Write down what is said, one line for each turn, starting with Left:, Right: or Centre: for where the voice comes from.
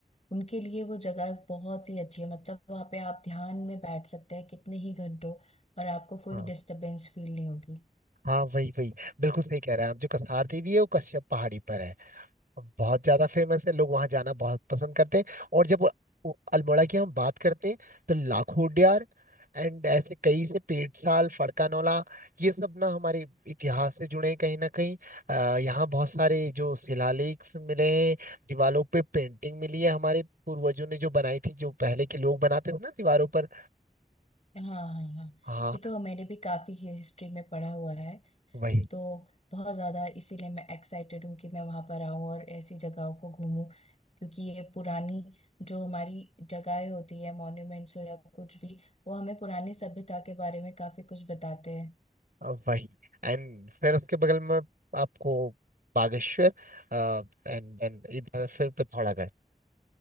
Left: उनके लिए वो जगह बहुत ही अच्छी है मतलब वहां पे आप ध्यान में बैठ सकते हैं कितने ही घंटों और आपको कोई
Right: हाँ
Left: डिस्टरबेंस फील नहीं होगी
Right: हाँ वही वही बिल्कुल सही कह रहे हैं आप जो कसार देवी है वो कश्यप पहाड़ी पर है बहुत ज्यादा फेमस है लोग वहां जाना बहुत पसंद करते हैं और जब वो- वो अल्मोड़ा की हम बात करते हैं तो लाखोडियार एंड ऐसे कई से पेटसाल फड़कानोला ये सब ना हमारे इतिहास से जुड़े हैं कहीं ना कहीं अ, यहाँ बहुत सारे जो शिलालेख मिले हैं दीवारों पे पेंटिंग मिली है हमारे पूर्वजों ने जो बनाई थी जो पहले के लोग बनाते थे ना दीवारों पर
Left: हाँ हाँ हाँ
Right: हाँ
Left: ये तो मैंने भी काफी हिस्ट्री में पढ़ा हुआ है
Right: वही
Left: तो बहुत ज़्यादा इसीलिए मैं एक्साइटेड हूँ कि मैं वहाँ पर आऊँ और ऐसी जगहों को घूमूं क्योंकि ये पुरानी जो हमारी जगहें होती है मॉन्यूमेंट्स हो या कुछ भी वो हमें पुरानी सभ्यता के बारे में काफ़ी कुछ बताते हैं
Right: अ, वही एंड फिर उसके बगल में आपको बागेश्वर एंड देन इधर फिर पिथौरागढ़